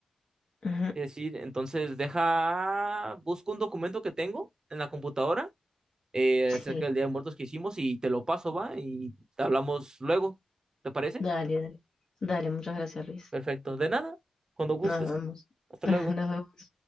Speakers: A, on the left; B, on the right.
A: Ujú,
B: Es decir, entonces deja, busco un documento que tengo en la computadora eh,
A: Sí,
B: acerca del Día de Muertos que hicimos y te lo paso, va, y hablamos luego. ¿Te parece?
A: dale, dale. Dale, muchas gracias, Luis.
B: Perfecto. De nada, cuando gustes.
A: Nos vemos.
B: Hasta
A: <laughs>
B: luego.
A: Nos vemos.